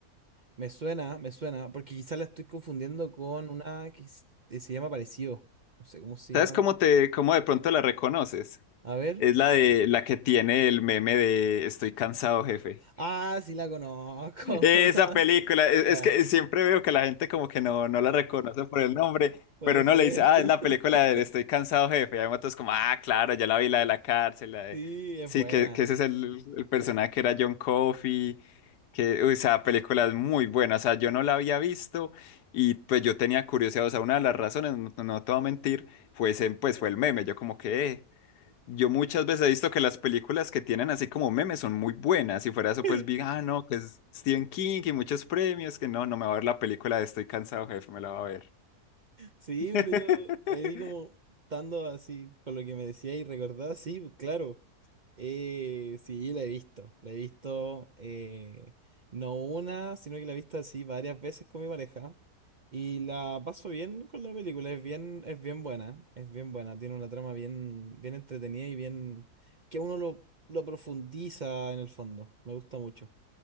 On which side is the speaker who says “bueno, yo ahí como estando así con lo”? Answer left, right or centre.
Right